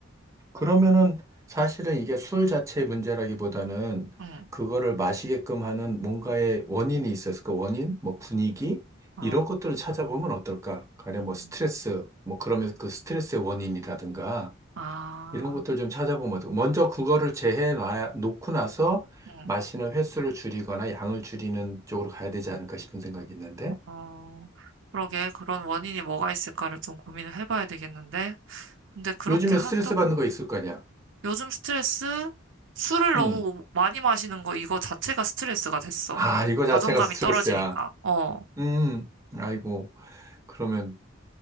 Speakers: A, on the right (about 15°); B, on the right (about 65°).
A: 그러면은 사실은 이게 술 자체의 문제라기보다는
B: 응,
A: 그거를 마시게끔 하는 뭔가의 원인이 있었을 까 원인? 뭐 분위기?
B: 어,
A: 이런 것들을 찾아보면 어떨까? 가령
B: 음,
A: 뭐 스트레스, 뭐 그러면서 그 스트레스의 원인이라든가
B: 아,
A: 이런 것들 좀 찾아보면 어떡해. 먼저 그거를 재해 놔 놓고 나서
B: 응,
A: 마시는 횟수를 줄이거나 양을 줄이는 쪽으로 가야 되지 않을까 싶은 생각이 있는데
B: 어, 그러게, 그런 원인이 뭐가 있을까를 좀 고민을 해봐야 되겠는데. 근데 그렇게
A: 요즘에
B: 한다고
A: 스트레스 받는 거 있을 거냐?
B: 요즘 스트레스? 술을 너무
A: 음.
B: 뭐 많이 마시는 거 이거 자체가 스트레스가 됐어.
A: 아, 이거 자체가
B: 자존감이
A: 스트레스야.
B: 떨어지니까. 어,
A: 음. 아이고. 그러면